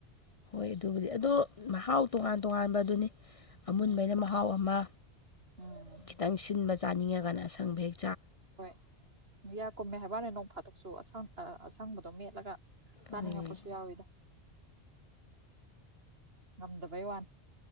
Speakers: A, on the left; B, on the right.
A: ꯍꯣꯏ ꯑꯗꯨꯕꯨꯗꯤ ꯑꯗꯣ ꯃꯍꯥꯎ ꯇꯣꯉꯥꯟ ꯇꯣꯉꯥꯟꯕ ꯑꯗꯨꯅꯤ ꯑꯃꯨꯟꯕꯩꯅ
B: ꯎꯝ
A: ꯃꯍꯥꯎ ꯑꯃ
B: ꯎꯝ
A: ꯈꯤꯇꯪ ꯁꯤꯟꯕ ꯆꯥꯅꯤꯡꯉꯒꯅ ꯑꯁꯪ ꯚꯦꯛ
B: ꯍꯣꯏ ꯌꯥ ꯀꯨꯝꯃꯦ ꯍꯥꯏꯕꯅꯦ ꯅꯣꯡ ꯐꯥꯠꯇꯣꯛꯁꯨ ꯑꯁꯥꯡ ꯑꯁꯪꯕꯗꯣ ꯃꯦꯠꯂꯒ ꯆꯅꯤꯡꯉ
A: ꯎꯝ
B: ꯄꯨꯁꯨ ꯌꯥꯎꯋꯗ ꯉꯝꯗ ꯩ ꯋꯥꯟ